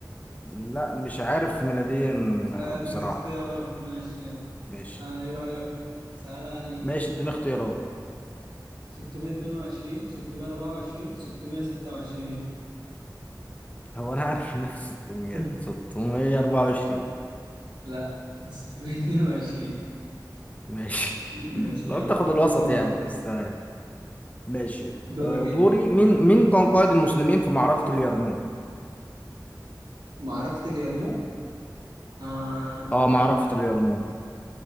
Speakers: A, on the left; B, on the right.
A: لا مش عارف ميلاديا آه،
B: أديك
A: بصراحة
B: اختيارات ماشي يلا
A: ماشي
B: آه إيه رأيك؟ سهل علي
A: ماشي اديني اختيارات
B: 622 624 626
A: هو انا عارف انها في 600
B: <laughs>
A: 624
B: لا 622
A: ماشي
B: ماشي
A: <laughs> لو
B: يلا
A: انت خد الوسط
B: دورك
A: يعني بس تمام ماشي
B: دورك
A: آه،
B: انت
A: دوري مين مين كان قائد المسلمين في معركة اليرموك
B: معركة اليرموك آه
A: اه معركة اليرموك